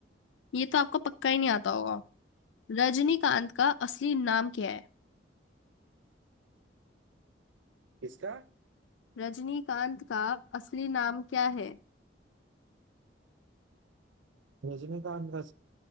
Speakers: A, on the left (about 80°); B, on the right (about 80°).
A: ये तो आपको पक्का ही नहीं आता होगा रजनीकांत का असली नाम क्या है
B: किसका
A: रजनीकांत का असली नाम क्या है
B: रजनीकांत का